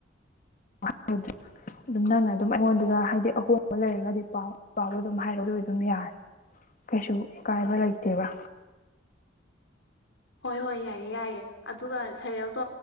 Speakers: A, on the left (about 45°); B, on the left (about 65°).
A: <unintelligible> ꯑꯗꯨꯝ ꯅꯪꯅ ꯑꯗꯨꯝ ꯑꯩꯉꯣꯟꯗꯒ ꯍꯥꯏꯗꯤ ꯑꯍꯣꯡꯕ ꯂꯩꯔꯒꯗꯤ ꯄꯥꯎ ꯄꯥꯎꯗꯣ ꯑꯗꯨꯝ ꯍꯥꯏꯔꯛꯑꯣ ꯑꯗꯨꯏꯗꯤ ꯑꯗꯨꯝ ꯌꯥꯔꯦ ꯀꯩꯁꯨ ꯑꯀꯥꯏꯕ ꯂꯩꯇꯦꯕꯥ
B: ꯍꯣꯏ ꯍꯣꯏ ꯌꯥꯏꯌꯦ ꯌꯥꯏꯌꯦ ꯑꯗꯨꯒ ꯁꯩꯔꯦꯜꯗꯣ